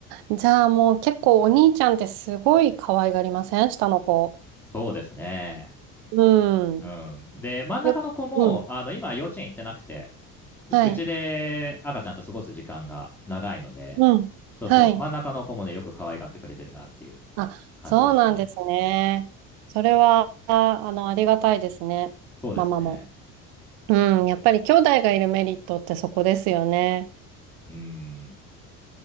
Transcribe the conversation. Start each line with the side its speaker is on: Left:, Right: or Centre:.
Right: じゃあもう結構お兄ちゃんってすごい可愛がりません下の子。
Centre: そうですね。
Right: う
Centre: うん。
Right: ん。
Centre: で、真ん中の子も、
Right: よ、うん。
Centre: あの、今、幼稚園行ってなくて、ううちで赤ちゃんと過ごす時間が長いので、
Right: はい。うん。
Centre: そうそう、
Right: はい。
Centre: 真ん中の子もね、よく可愛がってくれてるなっていう
Right: あ、
Centre: 感じですね。
Right: そうなんですね。それは、ああの、ありがたいですね。
Centre: そうですね。
Right: ママも。うん。やっぱり兄弟がいるメリットってそこですよね。
Centre: うん。